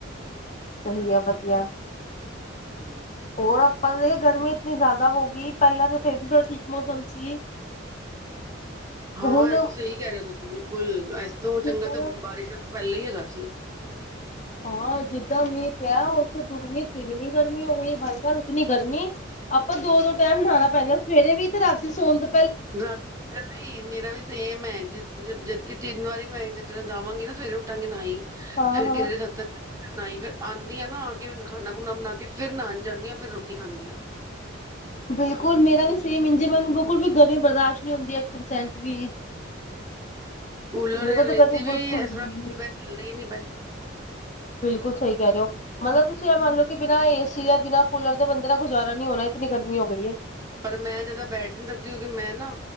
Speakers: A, on the left; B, on the right.
A: ਸਹੀ ਐ ਵਧੀਆ।
B: ਹੂੰ
A: ਹੋਰ ਆਪਾਂ ਗਰਮੀ ਇਤਨੀ ਜ਼ਿਆਦਾ ਹੋਗੀ, ਪਹਿਲਾਂ ਤਾਂ ਫੇਰ ਵੀ ਥੋੜਾ ਠੀਕ ਮੌਸਮ ਸੀ।
B: <inaudible> ਹਾਂ,
A: ਹੁਣ
B: ਐ ਤਾਂ ਸਹੀ ਕਹਿ ਰਹੇ ਓ ਤੁਸੀਂ ਬਿਲਕੁਲ, ਐਸ ਤੋਂ ਚੰਗਾ
A: ਜਿੱਦਾਂ
B: ਤਾਂ
A: ਦਾ
B: ਬਾਰਿਸ਼ਾ ਤੋਂ ਪਹਿਲਾਂ ਹੀ ਹੈਗਾ ਸੀ।
A: ਹਾਂ, ਜਿੱਦਾਂ ਮੀਂਹ ਪਿਆ, ਉਸ ਤੋਂ ਦੁਗਨੀ-ਤਿਗਨੀ ਗਰਮੀ ਹੋ ਗਈ, ਭਾਈ ਸਾਹਿਬ ਇਤਨੀ ਗਰਮੀ। ਆਪਾਂ ਦੋ-ਦੋ ਟਾਈਮ ਨ੍ਹਾਣਾ ਪੈਂਦਾ, ਸਵੇਰੇ ਤੇ ਰਾਤੀ ਸੋਣ ਤੋ
B: <unintelligible> ਵੀ ਮੇਰਾ ਵੀ ਸੇਮ ਐ, ਜ-ਜਬ-ਜ ਕਿ ਤਿੰਨ ਵਾਰੀ ਮੈਂ ਜਿਸ ਤਰ੍ਹਾਂ ਜਾਵਾਂਗੀ ਨਾ ਸਵੇਰੇ ਉੱਠਾਂਗੀ ਨਹਾਈ,
A: ਹਾਂ
B: ਫੇਰ
A: ਹਾਂ
B: ਕਿਧਰੇ ਸਤ ਨਾਈ ਫਿਰ ਆਂਦੀ ਆ ਨਾ, ਆਕੇ ਹੁਣ ਖਾਂਣਾ-ਖੁਣਾ ਬਣਾਕੇ ਫਿਰ ਨਹਾਣ ਜਾਂਨੀ ਆ, ਫਿਰ ਰ੍ਹੋਟੀ ਖਾਂਦੀ ਆਂ।
A: ਬਿਲਕੁਲ ਮੇਰਾ ਵੀ ਸੇਮ ਇੰਝ ਮੈਨੂੰ ਬਿਲਕੁਲ ਵੀ ਗਰਮੀ ਬਰਦਾਸ਼ਤ ਨਹੀਂ ਹੁੰਦੀ ਇੱਕ ਪਰਸੈਂਟ ਵੀ।
B: ਕੂਲਰ
A: ਮੇਰੇ ਕੋਲ
B: ਔਰ
A: ਤਾਂ
B: ਏਸੀ
A: ਗਰਮੀ ਬਿਲਕੁਲ
B: ਵੀ ਏਸ ਰਾ <unintelligible>
A: ਵੀ
B: ਚਲਦੇ ਈ ਨੀ ਪਏ।
A: ਬਿਲਕੁਲ ਸਹੀ ਕਹਿ ਰਹੇ ਓ, ਮਤਲਬ ਤੁਸੀਂ ਇਹ ਮੰਨਲੋ, ਕਿ ਬਿਨਾਂ ਏਸੀ, ਬਿਨਾਂ ਕੂਲਰ ਦੇ ਬੰਦੇ ਦਾ ਗੁਜ਼ਾਰਾ ਨੀ ਹੋਣਾ। ਕਿਤਨੀ ਗਰਮੀ ਹੋ ਗਈ। ਹੈ
B: ਪਰ ਮੈਂ ਜਾਦਾ ਬੈਠ ਨੀ ਸਕਦੀ, ਕਿਉਂ ਕੀ ਮੈਂ ਨਾ